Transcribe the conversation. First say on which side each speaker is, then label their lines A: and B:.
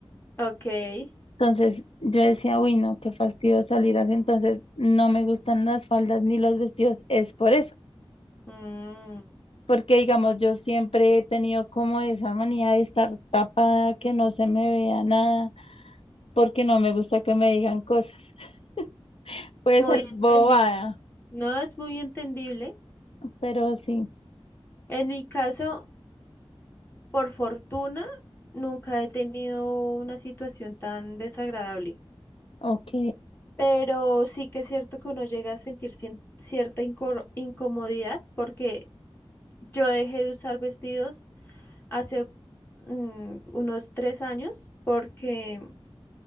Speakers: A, on the left (about 20°); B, on the left (about 75°).
A: <laughs> ok.
B: Entonces yo decía, uy, no, qué fastidio salir así, entonces no me gustan las faldas ni los vestidos, es por eso.
A: Mm.
B: Porque, digamos, yo siempre he tenido como esa manía de estar tapada, que no se me vea nada, porque no me gusta que me digan cosas. <laughs> Puede
A: Muy
B: ser bobada,
A: entendible. No es muy entendible.
B: pero sí,
A: En mi caso, por fortuna, nunca he tenido una situación tan desagradable.
B: ok.
A: Pero sí que es cierto que uno llega a sentir cien- cierta incor- incomodidad porque yo dejé de usar vestidos hace mm, unos tres años porque